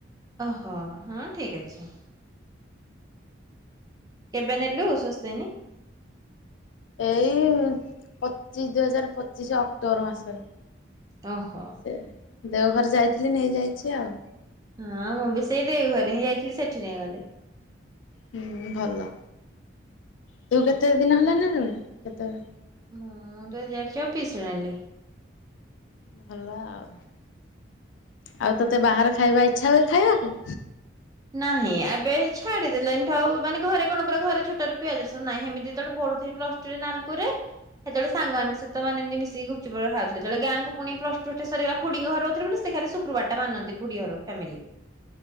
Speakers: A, on the right; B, on the left.
A: ଓହୋ ହଁ ଠିକ୍ ଅଛି। କେବେ ନେଲୁ ସ୍ଵସ୍ତୟାନି?
B: ଏଇ ପଚିଶ ଦୁଇ ହଜାର ପଚିଶି ଅକ୍ଟୋବର ମାସରେ।
A: ଓହୋ।
B: ସେ ଦେଓଘର ଯାଇଥିଲି ନେଇଯାଇଛି ଆଉ।
A: ହଁ ମୁଁ ବି ସେଇ ଦେଓ ଘରେ ହିଁ ଯାଇଥିଲି ସେଠି ନେଇଗଲି।
B: ହୁଁ ଭଲ।
A: <unintelligible>
B: ତୁ କେତେ ଦିନ ହେଲା ନେଲୁଣି କେତେବେଳେ
A: ମୁଁ ଦୁଇ ହଜାର ଚବିଶିରେ ନେଲି।
B: ଭଲ ଆଉ <inaudible> ଆଉ ତତେ ବାହାର ଖାଇବା ଇଚ୍ଛା ହୁଏ ଖାଇବାକୁ?
A: ନାହିଁ ଏବେ ଛାଡି ଦେଲେଣି ତ ଆଉ ମାନେ ଘରେ କଣ ପୁରା ଘରେ ଛୋଟରୁ ପିଆଜ ରସୁଣ ନାହିଁ। ହେମିତି ଯେତେବେଳେ ପଢୁଥିଲି ପ୍ଲସ ଟୁରେ ନାଲକୁରେ ସେତେବେଳେ ସାଙ୍ଗମାନଙ୍କ ସହିତ ମାନେ ମିଶିକି ଗୁପଚୁପ ହେରିକା ଖାଉଥିଲି। ତବେଳେ ଗାଁଙ୍କୁ ପୁଣି ପ୍ଲସ ଟୁ ସରିଗଲା ଖୁଡିଙ୍କ ଘରେ ରହୁଥିଲେ ବୋଲି ସେ ଖାଲି ଶୁକ୍ରୁବାରଟା ମାନନ୍ତି, ଖୁଡି ଘର ଫ୍ୟାମିଲି।